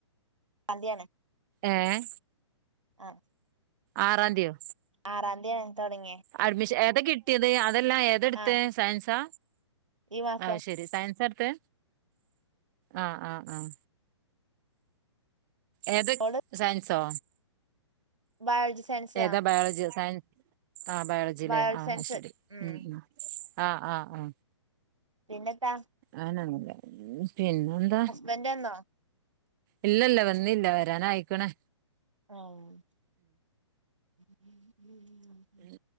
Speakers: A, on the right; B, on the right.
A: സന്തിയാണ്
B: ഏഹ
A: ആഹ
B: ആറാംതിയോ
A: ആറാന്തിയ തുടങ്ങിയെ
B: അഡ്മിഷൻ ഏതാ കിട്ടിയത് അതെല്ലാ ഏതെട്ത്തത്
A: ആ
B: സയൻസാ
A: ഈ മാസം
B: ആ <unintelligible> ശരി സയൻസാട്ത്തെ ആഹ ആഹ ആഹ ഏതാ
A: ഓള്
B: സയൻസോ
A: ബയോളജി സയൻസ്
B: ഏതാ
A: ആ
B: ബയോളജിയോ സയൻസ് ആഹ ബയോളജില്ലേ
A: ബയോളജി
B: ആഹ്
A: സയൻസ്
B: ശരി
A: ഉം
B: ഉ ആഹ് ആഹ് ആഹ
A: പിന്നെന്താ?
B: അങ്ങനെന്നുല്ല പിന്നെന്താ?
A: വന്റെന്നോ
B: ഇല്ലല്ല വന്നില്ല വരാൻ ആയിക്ക്ണ്
A: ആഹ <unintelligible>
B: ഉം